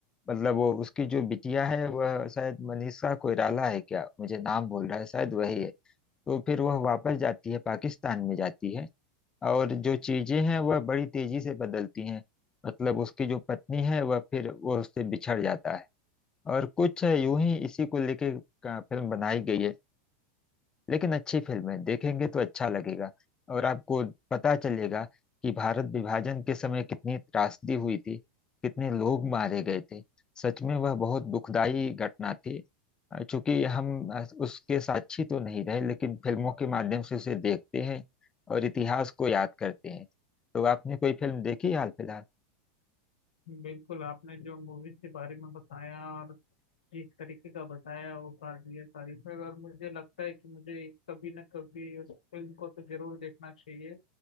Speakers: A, on the left; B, on the left.
A: मतलब वो उसकी जो बिटिया है वह शायद मनीषा कोइराला है क्या मुझे नाम बोल रहा है शायद वही है तो फिर वह वापस जाती है पाकिस्तान में जाती है और जो चीजें हैं वह बड़ी तेजी से बदलती हैं मतलब उसकी जो पत्नी है वह फिर वह उससे बिछड़ जाता है और कुछ यूं ही इसी को लेके का फिल्म बनाई गई है लेकिन अच्छी फिल्म है देखेंगे तो अच्छा लगेगा और आपको पता चलेगा कि भारत विभाजन के समय कितनी त्रासदी हुई थी कितने लोग मारे गए थे सच में वह बहुत दुखदाई घटना थी अ, चूंकि हम अ, उसके साक्षी तो नहीं रहे लेकिन फिल्मों के माध्यम से उसे देखते हैं और इतिहास को याद करते हैं तो आपने कोई फिल्म देखी हाल फिलहाल
B: बिल्कुल आपने जो मूवीज के बारे में बताया और जिस तरीके का बताया वो काबिल तारीफ है और मुझे लगता है कि मुझे कभी ना कभी उस फिल्म को तो जरूर देखना चाहिए